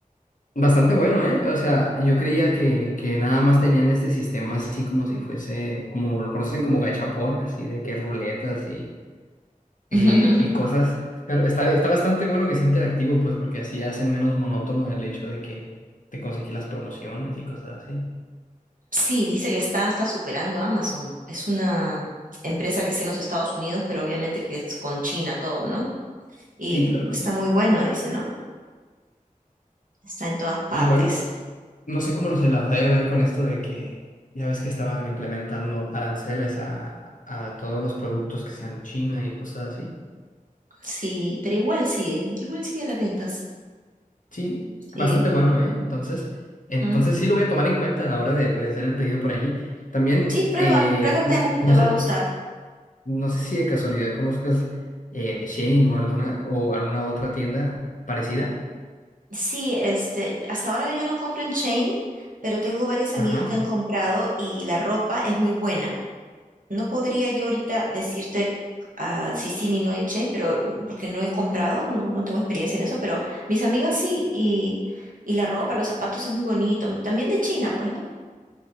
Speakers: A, on the left (about 65°); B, on the right (about 70°).
A: Bastante bueno, ¿eh? O sea, yo creía que, que nada más tenían este sistema así como si fuese, como lo conocen como gachapón, así de que ruletas y y,
B: <laughs>
A: y cosas, pero está, está bastante bueno que sea interactivo, pues porque así hacen menos monótono el hecho de que te conseguí las promociones y cosas así.
B: Sí, dice que está hasta superando a Amazon. Es una empresa que está en los Estados Unidos, pero obviamente que es con China todo, ¿no? Y
A: Sí, claro que
B: está
A: sí.
B: muy bueno, dice, ¿no? Está en todas partes.
A: Igual, no sé cómo lo se las vaya a ver con esto de que ya ves que estaban implementando aranceles a, a todos los productos que sean de China y cosas así.
B: Sí, pero igual sigue, igual sigue las ventas.
A: Sí, bastante
B: Sí,
A: bueno, ¿eh? Entonces, entonces
B: mm.
A: sí lo voy a tomar en cuenta a la hora de, de hacer el pedido por ahí. También,
B: Sí, prueba,
A: eh,
B: prueba
A: n-
B: Temu,
A: no
B: te
A: sé,
B: va a gustar.
A: No sé si de casualidad conozcas eh, Shein o alguna, o alguna otra tienda parecida.
B: Sí, este, hasta ahora yo no compro en Chain, pero tengo varias amigas
A: Ajá.
B: que han comprado y la ropa es muy buena. No podría yo ahorita decirte ah, si sí ni no en Chain, pero mm, porque no he comprado, no, no tengo experiencia en eso, pero mis amigas sí, y, y la ropa, los zapatos es muy bonito. También de China, pues, ¿no?